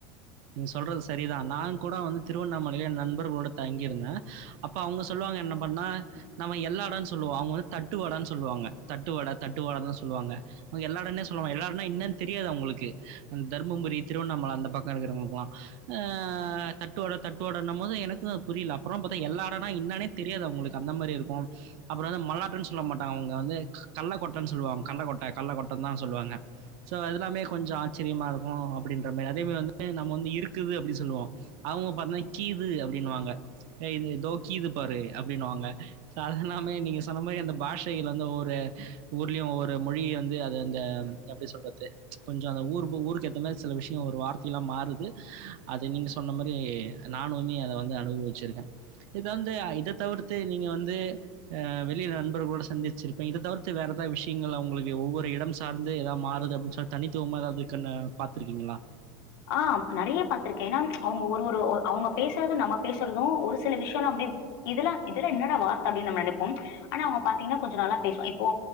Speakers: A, on the right (about 50°); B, on the left (about 70°).
A: நீங்க சொல்றது சரிதா நான்கூட வந்து திருவண்ணாமலைல என் நண்பர்களோட தங்கியிருந்தே அப்ப அவுங்க சொல்வாங்க என்ன பண்ண நம்ம எள்ளடன் சொல்வோ அவுங்க வந்து தட்டு வடன் சொல்வாங்க தட்டுவட தட்டு வடன் தா சொல்வாங்க அவுங்க எள்ளாடன்னே சொல்லுவாங்க எள்ளாடன்னா என்னன் தெரியாது அவுங்களுக்கு தர்மபுரி திருவண்ணாமல அந்த பக் கோ இருக்றவங்ளுக்லா ஆ தட்டுவட தட்டுவடன்னம் போது எனக்கு அது புரில அப்றமா பாத்தா எள்ளாடனா இன்னானே தெரியாது அவுங்களுக்கு அந்த மாரி இருக்கு அப்றோ வந்து மல்லாட்டன் சொல்ல மாட்டாங்க அவுங்க வந்து கல்லக்கொட்டன் சொல்வாங் கல்லக்கொட்ட கல்லக்கொட்டன் தா சொல்வாங்க ஸோ அதுல்லாமே கொஞ்சொ ஆச்சிரியமாருக்கு அப்டின்ற மாரி அதேமாரி வந்து நம்ம வந்து இருக்குது அப்டி சொல்லுவோ அவுங்க பாத்தன்னா கீது அப்டின்னுவாங்க ஏ இ இதோக்கீது பாரு அப்டின்னுவாங்க ஸோ அது எல்லாமே நீங்க சொன்ன மாரி அந்த பாஷைகள் வந்து ஒவ்வொரு ஊர்லயு ஒவ்வொரு மொழி வந்து அது அந்த எப்டி சொல்றது கொஞ்சோ அந்த ஊர்பு ஊருக்கேத்த மாரி சில விஷ்யோ ஒரு வார் ஃபீலா மாறுது அத நீங் சொன்ன மாரி நானுமே அத வந்து அனுபுவுச்சுருக்க இப்ப வந்து இத தவுர்த்து நீங்க வந்து அ வெளில நண்பர்குளோட சந்திச்சிருப்பீங் இத தவிர்த்து வேற எதா விஷ்யங்கள உங்ளுக்கு ஒவ்வொரு இடம் சார்ந்து எதா மாறுது அப்பின்ஸ் ஒர் தனித்துவமா எதா இர்க்குன்னு பாத்துருக்கீங்குளா
B: ஆ நெறைய பாத்துருக்கே ஏனா அவ்ங்க ஒரு ஒரு அவ்ங்க பேசாத நம்ம பேசுறது ஒரு சில விஷ்யோலா அப்டே இதுலா இதலா என்னடா வார்த்த அப்டின் நம்ம நெனைப்போம் ஆனா அவ்ங்க பாத்தீங்னா கொஞ்சோ நல்லா பேசுவா இப்போ